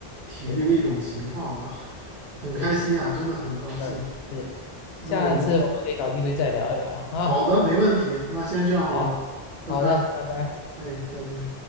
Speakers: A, on the right; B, on the left.
A: 体育的一种情况吧，
B: 对
A: 很开心啊，
B: 对，
A: 真的很高兴。
B: 嗯。是。
A: 那我们先，
B: 下次我们可以找机会再聊一聊啊。
A: 好的，没问题，那先这样喽，
B: 好，
A: 拜拜。
B: 好的，拜拜。
A: 哎，再见。